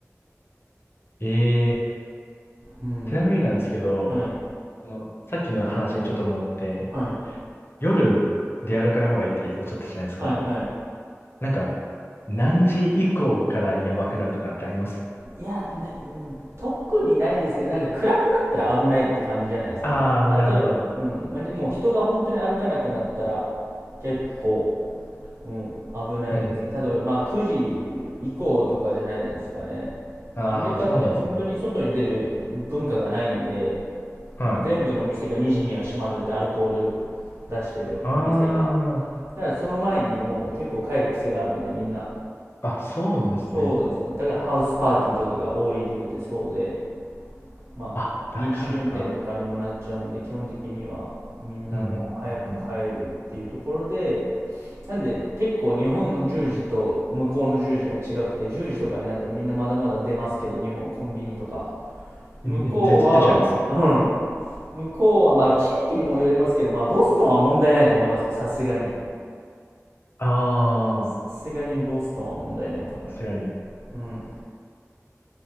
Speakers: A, on the left; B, on the right.
A: ええ
B: うん。
A: ちなみになんですけど、
B: はい。
A: その、さっきの話にちょっと戻って、
B: はい。
A: 夜出歩かない方がいいっておっしゃったじゃないですか。
B: はい、はい。
A: なんか、何時以降からやばくなるとかってあります
B: いや、で、うん、特にないですけど、なんか暗くなったら危ないって感じじゃないですかね。
A: ああー、
B: あ例えば、
A: なるほど。
B: うん、まじもう人が本当に歩かなくなったら結構、うん、危ないですね。
A: うんうんうん。
B: 例えば、まあ9時以降とかじゃないですかね。
A: ああ、
B: アメリカって本当に外に出る文化がないんで、
A: そうなんですね。はい。
B: 全部のお店が2時には閉まるんで、アルコール出してるお店が。
A: あ
B: だからその前にもう結構帰る癖があるんで、みんな。
A: あ、あ、そうなんですね。
B: そうですね。だからハウスパーティーとかが多い理由ってそうで、まあ、
A: あ、だからか。
B: 飲酒運転とかにもなっちゃうんで、基本的にはみんなもう早く帰るっていうところで、
A: うんうんうん。
B: なんで結構日本の十0時と向こうの十0時が違くて、十0時とかになったらみんなまだまだ出ますけど、日本コンビニとか。
A: うんで、
B: 向こうは、
A: 出ちゃいますね。
B: うん。向こうは、まあ地域にもよりますけど、まあボストンは問題ないと思いますよ、さすがに。
A: あ
B: さすがにボストンは問題ないと思います。
A: あ、さすがに。
B: うん。